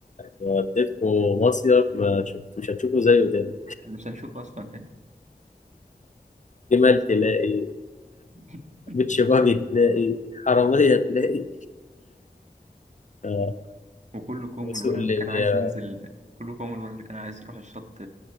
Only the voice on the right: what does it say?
احنا مش هنشوف أصلا تاني
<laughs>
وكله كوم
الولد
اللي كان عايز ينزل كله كوم الولد اللي كان عايز يروح الشط